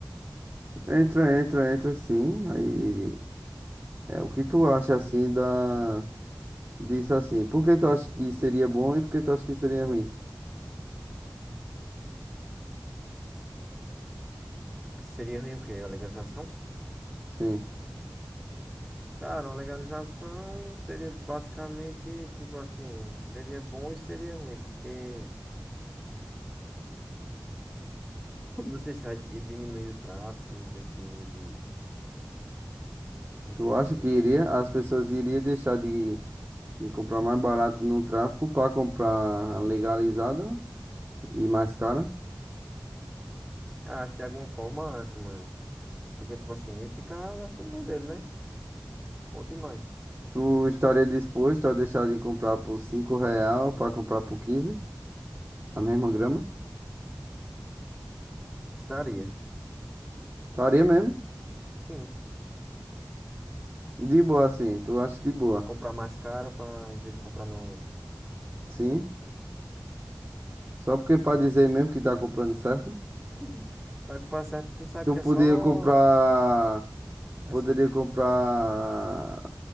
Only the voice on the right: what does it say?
Entra, entra, entra sim. Aí é o que tu acha assim da disso assim? Por que tu acha que seria bom e por que tu acha que seria ruim?
Sim.
Tu
acha
que iria as pessoas iriam deixar de, de comprar mais barato no tráfico para comprar legalizado e mais caro?
Tu estaria disposto a deixar de comprar por 5 real para comprar por 15 a mesma grama?
Estaria mesmo?
De boa assim, tu acha de boa?
Sim. Só porque para dizer mesmo que tá comprando certo?
Tu
podia
comprar. Tu
poderia comprar,